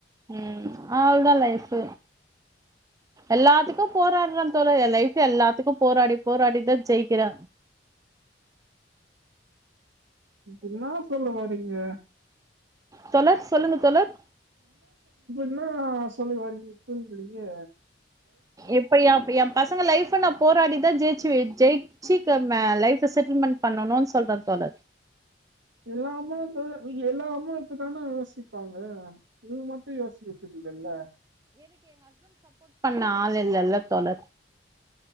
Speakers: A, on the right; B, on the right.
A: ம் அவ்ள தா லைஃப் எல்லாத்துக்கு போராடுற தோழர் என் லைஃப் எல்லாத்துக்கு போராடி போராடிதா ஜெயிக்கிற
B: என்னா சொல்ல வரிங்க
A: தொழர் சொல்லுங்க தொலர்
B: என்ன சொல்ல வரீங்க புரிலையே
A: இப்ப எ எ பசங்க லைஃப நா போராடிதா ஜெயி ஜெயிச்சிக்கு லைஃப செட்டில்மென்ட் பண்ணணுனு சொல்ற தோழர்
B: எல்லா அம்மா எல்லா அம்மா இப்டி தான யோசிப்பாங்க நீங்க மட்டும் யோசிக்கிறது இல்லல
A: நாள் இல்லல்ல தோழர்